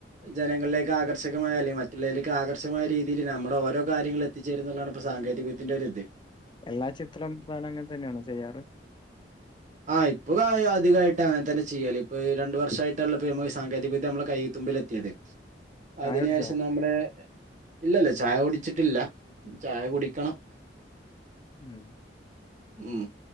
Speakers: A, on the right; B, on the left.
A: ജനങ്ങലിലേക്ക് ആകർഷകമായ അലെ മറ്റുള്ളലേക്ക് ആകർഷമായ രീതിയിൽ നമ്മളോരോ കാര്യങ്ങളെ എത്തിച്ചേര ന്ന്ള്ളാണ് പ്പ സാങ്കേതിത്തിന്റെരിത്
B: എല്ലാ ചിത്രം താനങ്ങന തന്നെയാണോ ചെയ്യാറ്
A: ആഹ് ഇപ്പൊക് അയി അതികായിട്ട് അങ്ങൻതന്ന ചിയ്യല് പ്പ ഈ രണ്ട് വർഷായിട്ടാ ണലോ ഇപ്പ മ്മഈ സാങ്കേതിക വിദ്യ മ്മളെ കൈത്തുമ്പിൽ എത്തിയത് സ്ലിം
B: ചായ
A: അതിന്
B: കുടിച്ചോ
A: ഏഷം നമ്മടെ ഇല്ലല്ല ചായ കുടിച്ചിട്ടില്ല ചായ കുടിക്കണം
B: ഉം
A: ഉം